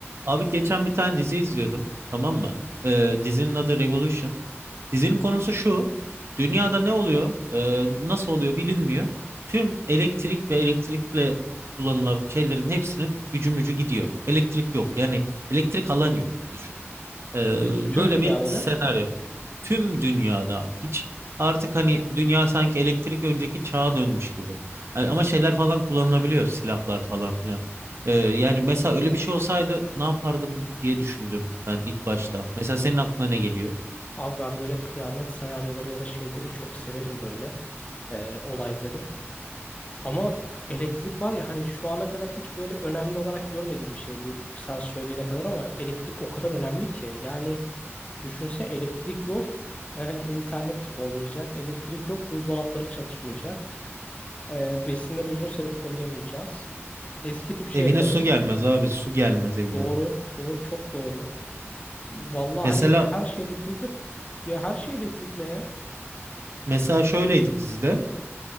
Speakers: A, on the right; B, on the left.
A: Abi geçen bir tane dizi izliyordum. Tamam mı? Ee, dizinin adı Revolution. Dizinin konusu şu. Dünyada ne oluyor? e, nasıl oluyor bilinmiyor. Tüm elektrik ve elektrikle kullanılan şeylerin hepsinin gücü mücü gidiyor. Elektrik yok. Yani elektrik alan yok gibi düşün. Ee,
B: E, tüm
A: böyle
B: dünyada
A: bir senaryo
B: değil mi?
A: tüm dünyada hiç artık hani dünya sanki elektrik önceki çağa dönmüş gibi. Yani ama şeyler falan kullanılabiliyor silahlar falan filan. Ee, yani
B: Ha.
A: mesela öyle bir şey olsaydı ne yapardım diye düşündüm ben ilk başta. Mesela senin aklına ne geliyor?
B: Abi ben böyle kıyamet senaryoları ya da şeyleri çok severim böyle e, olayları. Ama elektrik var ya hani şu ana kadar hiç böyle önemli olarak görmediğim bir şeydi sen söyleyene kadar ama elektrik o kadar önemli ki. Yani düşünse elektrik yok, e, internet olmayacak, elektrik yok, buzdolapları çalışmayacak, e, besinleri uzun süre koruyamayacağız. Eski tip şey
A: Evine
B: yaparız.
A: su gelmez abi su gelmez evine.
B: Doğru, doğru, çok doğru. Vallahi
A: Mesela
B: hani her şey elektrikli ya her şey elektrikli ya.
A: mesela şöyleydi dizide.